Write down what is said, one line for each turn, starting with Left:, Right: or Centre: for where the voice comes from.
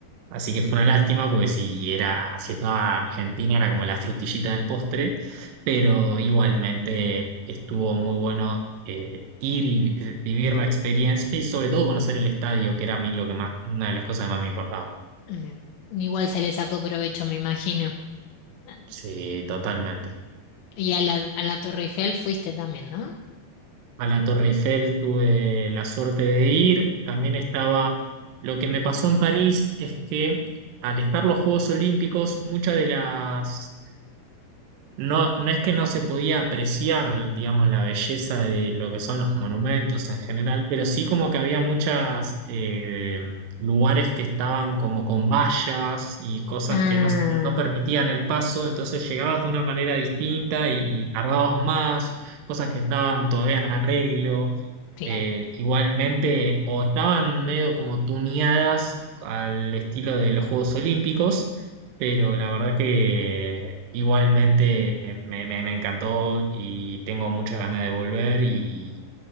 Right: así que fue una lástima porque si era, si estaba Argentina era como la frutillita del postre, pero igualmente estuvo muy bueno. eh, ir y eh, vivir la experiencia y sobre todo conocer el estadio, que era a mí lo que más, una de las cosas que más me importaba.
Left: Mm, Igual se le sacó provecho, me imagino. Ah,
Right: Sí,
Left: ¿no?
Right: totalmente.
Left: Y a la, a la Torre Eiffel fuiste también, ¿no?
Right: a la Torre Eiffel tuve la suerte de ir. También estaba, lo que me pasó en París es que al estar los Juegos Olímpicos, muchas de las, no, no es que no se podía apreciar, digamos, la belleza de lo que son los monumentos en general, pero sí como que había muchas eh, lugares que estaban como con vallas y cosas
Left: Ah,
Right: que no, no permitían el paso, entonces llegabas de una manera distinta y y tardabas más, cosas que estaban todavía en arreglo
Left: claro.
Right: eh, igualmente o estaban medio como tuneadas al estilo de los Juegos Olímpicos, pero la verdad que igualmente me, me- me encantó y tengo muchas ganas de volver y,